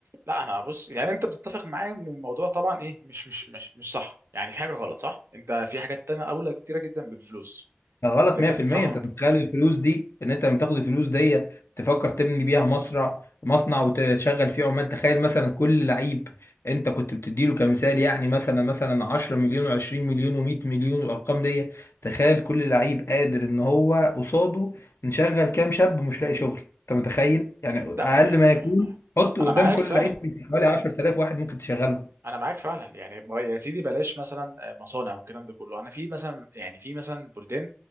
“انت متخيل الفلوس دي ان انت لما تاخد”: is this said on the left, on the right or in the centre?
Left